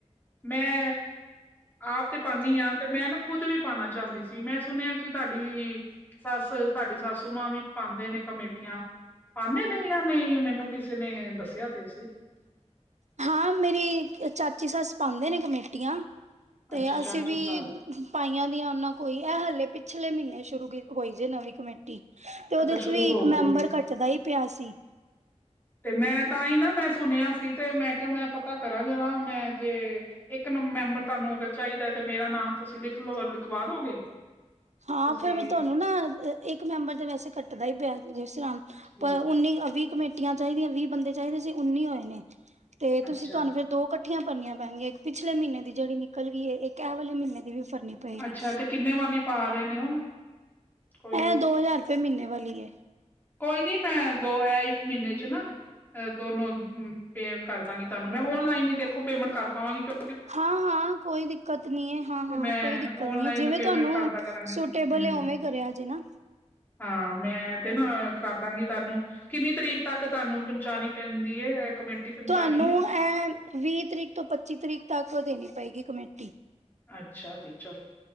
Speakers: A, on the left; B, on the right.
A: ਮੈਂ ਆਪ ਤੇ ਪਾਉਦੀ ਹ ਤੇ ਮੈਂ ਨਾ ਖੁਦ ਵੀ ਪਾਉਣਾ ਚਾਹੁੰਦੀ ਸੀ ਮੈਂ ਸੁਣਿਆ ਕਿ ਤੁਹਾਡੀ ਸੱਸ ਤੁਹਾਡੀ ਸੱਸ ਵੀ ਪਾਉਂਦੇ ਨੇ ਕਮੇਟੀਆਂ ਪਾਉਦੇ ਨੇ ਜਾਂ ਨਹੀਂ ਮੈਨੂੰ ਕਿਸੇ ਨੇ ਦੱਸਿਆ ਤੇ ਸੀ
B: ਹਾਂ ਮੇਰੀ ਚਾਚੀ ਸੱਸ ਪਾਉਂਦੇ ਨੇ ਕਮੇਟੀਆਂ ਤੇ
A: ਅੱਛਾ ਚਾਚੀ
B: ਅਸੀਂ ਵੀ
A: ਸਾਸ
B: ਪਾਈਆਂ ਦੀਆਂ ਉਹਨਾਂ ਕੋਈ ਇਹ ਹਾਲਲੇ ਪਿਛਲੇ ਮਹੀਨੇ ਸ਼ੁਰੂ ਹੋਈ ਜੇ ਨਵੀਂ ਕਮੇਟੀ ਤੇ ਉਹਦੇ
A: ਅੱਛਾ
B: ਚ
A: ਸ਼ੁਰੂ
B: ਵੀ ਇੱਕ
A: ਹੋ ਗਈ
B: ਮੈਂਬਰ
A: ਹੈ।
B: ਘੱਟਦਾ ਹੀ ਪਿਆ ਸੀ
A: ਤੇ ਮੈਂ ਤਾਂ ਹੀ ਨਾ ਮੈਂ ਸੁਣਿਆ ਸੀ ਤੇ ਮੈਂ ਕਿਹਾ ਮੈਂ ਪਤਾ ਕਰਾਂ ਜਰਾ ਮੈਂ ਜੇ ਇੱਕ ਮੈਂ ਤੁਹਾਨੂੰ ਅਰ ਚਾਹੀਦਾ ਤੇ ਮੇਰਾ ਨਾਮ ਤੁਸੀਂ ਲਓ ਲਿਖਵਾ ਦੋਗੇ
B: ਹਾਂ
A: ਤੁਸੀਂ
B: ਫੇਿਰ ਤੁਹਾਨੂੰ ਨਾ ਇੱਕ ਮੈਂਬਰ ਤੇ ਵੈਸੇ ਕੱਟਦਾ ਹੀ ਪਿਆ ਜਸਰਾਮ
A: ਜੀ,
B: ਪਰ ਉੱਨੀ ਅਵੀ ਕਮੇਟੀਆਂ ਚਾਹੀਦੀਆਂ ਵੀਹ ਬੰਦੇ ਚਾਹੀਦੇ ਸੀ ਉੱਨੀ ਹੋਏ ਨੇ ਤੇ
A: ਅੱਛਾ
B: ਤੁਸੀਂ ਤੁਹਾਨੂੰ ਫੇਰ ਦੋ ਕੱ ਇਕੱਠੀਆਂ ਭਰਨੀਆਂ ਪੈਣਗੀਆਂ ਇੱਕ ਪਿਛਲੇ ਮਹੀਨੇ ਜਿਹੜ ਨਿਕਲਈ ਇੱਕ ਇਹ ਵਾਲੇ ਮਹੀਨੇ ਦੀ ਵੀ ਭਰਨੀ ਪਏਗੀ
A: ਅੱਛਾ ਤੇ ਕਿੰਨੇ ਵਾਲੀ ਪਾ ਰਹੇ ਨੇ ਉਹ ਕੋਈ
B: ਇਹਂ ਦੋ ਹਜ਼ਾਰ ਰੁਪਏ ਮਹੀਨੇ ਵਾਲੀ ਏ
A: ਕੋਈ ਨੀ ਮੈਂ ਦੋ ਆ ਹੀ ਮਹੀਨੇ ਚ ਨਾ ਦੋਨੋ ਹਮ ਫੇ ਕਰਦਾਂਗੇ ਤੁਹੂੰ ਮੈਂ ਔਨਈਨ ਹੀ ਦੇਖੋ ਪੇਮੈਂਟ ਕਰ ਪਾਵਾਂਗੀ ਕਿਂ
B: ਹਾਂ, ਹਾਂ ਕੋਈ ਦਿੱਕਤ ਨੀ ਹੈ ਹਾਂ,
A: ਤੇ
B: ਹਾਂ
A: ਮੈਂ
B: ਕੋਈ ਦਿੱਕਤ
A: ਔਨਲਾਈਨ
B: ਨੀ ਹੈ ਜਿਵੇਂ
A: ਪੇਮੈਂਟ
B: ਤੁਹਾਨੂੰ
A: ਕਰਦਾ ਕਰਾਂਗੀ
B: ਸੁਟੇਬਲ
A: ਹੂੰ
B: ਹੈ ਉਵੇਂ ਕਰਿਆ ਜੇ ਨਾ
A: ਹਾਂ, ਮੈਂ ਤੇ ਨਾ ਕਰਦਾਂਗੀ ਤੁਹਾਨੂੰ ਕਿੰਨੀ ਤਰੀਕ ਤੱਕ ਤੁਹਾਨੂੰ ਪਹੁੰਚਾਣੀ ਪੈਂਦੀ ਹੈ ਇਹ ਕਮੇਟੀ ਪਹੁੰਚਾਣੀ
B: ਤੁਹਾਨੂੰ ਇਹ ਵੀਹ ਤਰੀਕ ਤੋਂ ਪੱਚੀ ਤਰੀਕ ਤੱਕ ਦੇਣੀ ਪਏਗੀ ਕਮੇਟੀ
A: ਅੱਛਾ ਜੀ, ਚਲੋ।